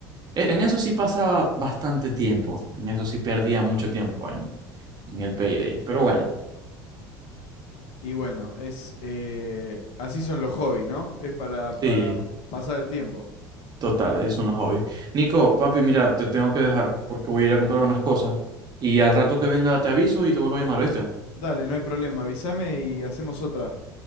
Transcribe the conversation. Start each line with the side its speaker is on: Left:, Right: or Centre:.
Right: e- En eso sí pasaba bastante tiempo. En eso sí perdía mucho tiempo en, en el payday. Pero bueno,
Left: Y bueno, es eh, así son los hobbies, ¿no? Es para, para
Right: sí.
Left: pasar el tiempo.
Right: Total, ahí son los hobbies. Nico, papi, mira, te tengo que dejar porque voy a ir a comprar unas cosas y al rato que venga te aviso y te vuelvo a llamar, ¿viste?
Left: Dale, no hay problema, avísame y hacemos otra.